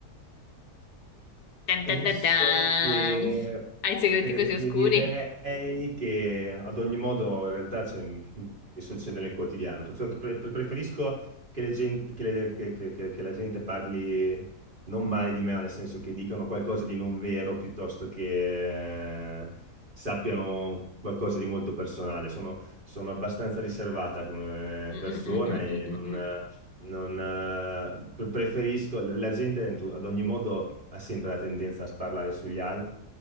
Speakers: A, on the left; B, on the right.
A: Tan
B: Penso
A: tan tan tan.
B: che
A: Hai segreti
B: preferirei
A: così oscuri?
B: che ad ogni modo in realtà cioè, mi succede nel quotidiano. Prefer- che pre- preferisco che, le gen- che le- che- che- che- che la gente parli non male di me, ma nel senso che dicano qualcosa di non vero piuttosto che eh, sappiano qualcosa di molto personale. Sono, sono abbastanza riservata come
A: Mm,
B: persona
A: mm, mm, mm,
B: e
A: mm,
B: non.
A: mm, mm.
B: Non, eh, pre- preferisco, la gente in tu- ad ogni modo ha sempre la tendenza a sparlare sugli altri,